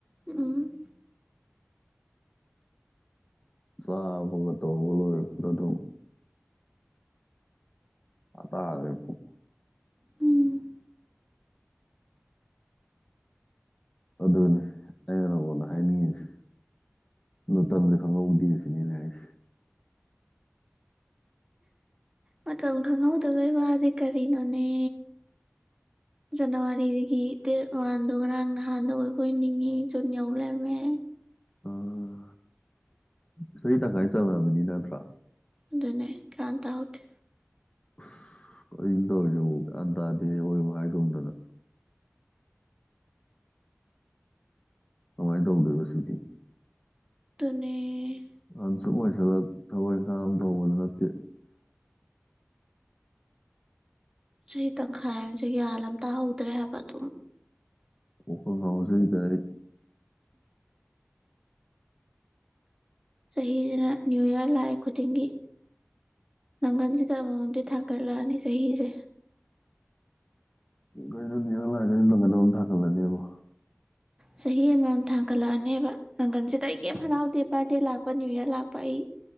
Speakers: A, on the right (about 15°); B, on the left (about 25°).
A: ꯎꯝ
B: ꯆꯥꯕꯒ ꯇꯧꯕ ꯂꯣꯏꯔꯛꯄꯗ ꯑꯗꯨꯝ ꯑꯥ ꯇꯥꯒ꯭ꯔꯦ ꯄꯨꯡ
A: ꯎꯝ
B: ꯑꯗꯨꯅꯤ ꯑꯩꯅ ꯅꯉꯣꯟꯗ ꯍꯥꯏꯅꯤꯡꯉꯤꯁꯤ ꯃꯇꯝꯖꯦ ꯈꯪꯍꯧꯗꯦ ꯁꯤꯅꯤ ꯑꯩꯅ ꯍꯥꯏꯁꯦ
A: ꯃꯇꯝ ꯈꯪꯍꯧꯗꯕꯩ ꯋꯥꯗꯤ ꯀꯔꯤꯅꯣꯅꯦ ꯖꯅꯋꯥꯔꯤꯗꯒꯤ ꯗꯦꯠ ꯋꯥꯟꯗꯣ ꯉꯔꯥꯡ ꯅꯍꯥꯟꯗ ꯑꯣꯏꯕꯣꯏ ꯅꯤꯡꯉꯤ ꯖꯨꯟ ꯌꯧꯂꯦꯝꯃꯦ
B: ꯎꯝ ꯆꯍꯤ ꯇꯪꯈꯥꯏ ꯆꯠꯂꯛꯑꯕꯅꯤ ꯅꯠꯇ꯭ꯔꯥ
A: ꯑꯗꯨꯅꯦ ꯒ꯭ꯌꯥꯟ ꯇꯥꯍꯧꯗꯦ
B: ꯑꯁ ꯀꯔꯤꯅꯣ ꯇꯧꯔꯤꯖꯤꯕꯨ ꯒ꯭ꯌꯥꯟ ꯇꯥꯗꯦꯍꯦ ꯑꯋꯣꯏꯕꯣ ꯍꯥꯏꯒꯨꯝꯗꯅ ꯀꯃꯥꯏꯟ ꯇꯧꯗꯣꯏꯕ ꯁꯤꯗꯤ
A: ꯗꯨꯅꯦ
B: ꯑꯍꯟ ꯁꯨꯝ ꯑꯣꯏꯁꯜꯂꯛ ꯊꯕꯛ ꯏꯪꯈꯥꯡ ꯑꯃ ꯇꯧꯍꯧꯕꯖꯨ ꯅꯠꯇꯦ
A: ꯆꯍꯤ ꯇꯪꯈꯥꯏ ꯑꯝꯖꯦ ꯒ꯭ꯌꯥꯟ ꯑꯝ ꯇꯥꯍꯧꯗ꯭ꯔꯦ ꯍꯥꯏꯕ ꯑꯗꯨꯝ
B: ꯀꯣꯛꯀꯥ ꯉꯥꯎꯖꯩꯗ ꯑꯩ
A: ꯆꯍꯤꯖꯤꯅ ꯅ꯭ꯌꯨ ꯏꯌꯔ ꯂꯥꯛꯏ ꯈꯨꯗꯤꯡꯒꯤ ꯅꯪꯒꯟꯖꯤꯗ ꯑꯃꯃꯝꯗꯤ ꯊꯥꯡꯒꯠꯂꯛꯑꯅꯤ ꯆꯍꯤꯖꯦ
B: ꯀꯩꯅꯣ ꯅ꯭ꯌꯨ ꯏꯌꯔ ꯂꯥꯛꯏꯒꯩꯗꯤ ꯅꯪꯒꯟꯗ ꯑꯗꯨꯝ ꯊꯥꯒꯠꯂꯅꯦꯕꯣ
A: ꯆꯍꯤ ꯑꯃꯃꯝ ꯊꯥꯡꯀꯠꯂꯛꯑꯅꯦꯕ ꯅꯪꯒꯟꯖꯤꯗ ꯑꯩ ꯀꯦꯝ ꯍꯔꯥꯎꯗꯦ ꯕꯥꯔꯗꯦ ꯂꯥꯛꯄ ꯅ꯭ꯌꯨ ꯏꯌꯔ ꯂꯥꯛꯄ ꯑꯩ